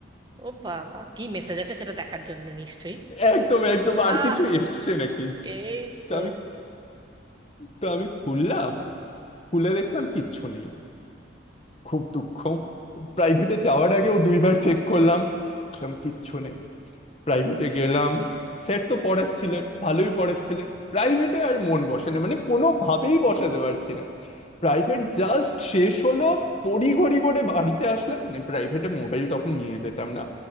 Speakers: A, on the right; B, on the left.
A: ও বাবা কি মেসেজ আছে সেটা দেখার জন্য নিশ্চয়ই
B: একদম একদম আর
A: আহ
B: কিছু এসছে নাকি
A: এই তো
B: তো আমি তো আমি খুললাম খুলে দেখলাম কিচ্ছু নেই খুব দুঃখ প্রাইভেটে যাওয়ার আগে ও দুইবার চেক করলাম দেখলাম কিচ্ছু নেই প্রাইভেটে গেলাম স্যার তো পড়াচ্ছিলেন ভালোই পড়াচ্ছিলেন প্রাইভেটে আর মন বসে না মানে কোনোভাবেই বসাতে পারছি না প্রাইভেট জাস্ট শেষ হলো তড়িঘড়ি করে বাড়িতে আসলাম প্রাইভেটে মোবাইল তখন নিয়ে যেতাম না